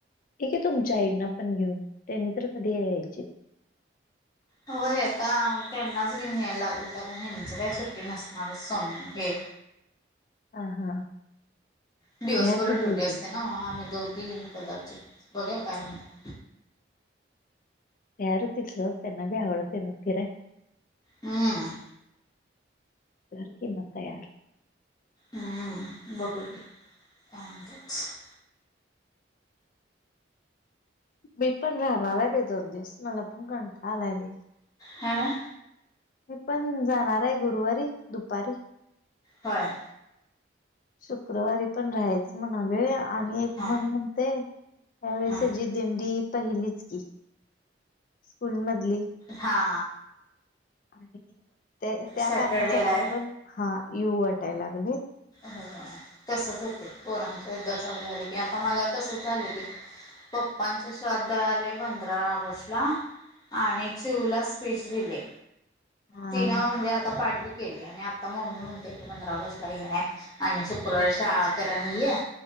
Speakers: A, on the left; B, on the left.
A: ठीक आहे तुमच्या आईना. पण घेऊन त्यानी तर कधी यायचे
B: होय आता त्यांनाच घेऊन यायला लागेल कारण हेच काही सुट्टी नसणार सम हे
A: ह हा
B: दिडवस
A: या
B: बरोर
A: की दोघी
B: ड्युटी असते ना आम्ही दोघी कदाचित बघेर काय म्हणत
A: तरतील सोर त्यांना बी आवडते न फिरय.
B: हम्.
A: रखी मातयार
B: हम्म बघू की <unintelligible>
A: मी पण राहणार आहे बाई दोन दिवस. मला पण कंटाळ आलाय लइ
B: ह
A: मी पण जाणार आहे गुरुवारी दुपारी
B: होय.
A: शुक्रवारी पण राहायच म्हणालोय आणि एक
B: हा
A: मन म्हणतय त्यावेळेस
B: हा
A: हेजी दिंडी पहिलीच की. स्कूल मधली
B: हा.
A: आणि ते त्या
B: सॅटरडेला
A: कारणासाठी
B: आहे
A: पण, हा यू वाटाय लागलय.
B: होय तसच होतय. पोरांच एकदा चालू झालं की, आता मला तसच झालं की पप्पांच श्राद्ध आलंय पंधरा ऑगस्ट ला. आणि चिवूला स्पीच दिले.
A: हा
B: तिनं म्हणजे आता पाट बीट केली आणि आता मम्मी म्हणते की पंधरा ऑगस्टला <unintelligible> आणि शुक्रवारी शाळा कर आणि ये